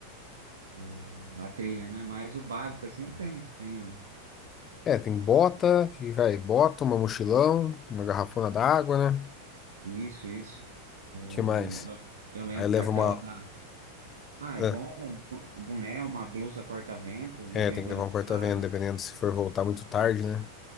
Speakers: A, on the right (about 65°); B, on the left (about 25°).
A: o- a trilha, né? Mas o básico, assim, eu tenho. Tenho
B: É, tem bota, que vai, bota, uma mochilão, uma garrafona d'água, né?
A: isso, isso. O-
B: Que mais?
A: eu, eu lembro
B: Aí leva
A: que aquela
B: uma.
A: da... Ah, é
B: ah,
A: bom, um boné, uma blusa corta-vento, dependendo
B: É, tem que levar
A: do
B: um corta-vento,
A: horário.
B: dependendo se for voltar muito tarde, né?